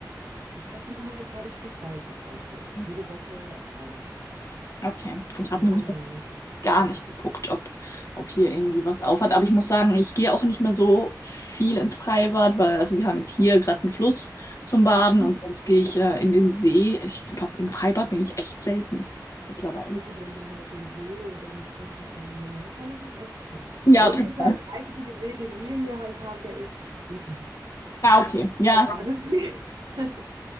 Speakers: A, on the right (about 75°); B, on the left (about 45°).
A: Ich glaube, die machen so gerade stückweise auf bei uns.
B: Okay.
A: Jede Woche einer.
B: Okay. Ich habe
A: Eine,
B: nämlich
A: einer mehr so.
B: gar
A: Ja.
B: nicht geguckt, ob, ob hier irgendwie was aufhat. Aber ich muss sagen, ich gehe auch nicht mehr so viel ins Freibad, weil also wir haben jetzt hier gerade einen Fluss zum Baden
A: Mhm.
B: und sonst gehe ich äh, in den See. Ich glaube, im Freibad bin ich echt selten mittlerweile.
A: Ja gut, wenn man halt den See oder einen Fluss halt in der Nähe hat, dann ist es echt top.
B: Ja,
A: Bei uns
B: total.
A: ist halt der einzige See, den wir hier halt haben, der ist ekelhaft.
B: Ah, okay. Ja,
A: Ja, deswegen, <laughs>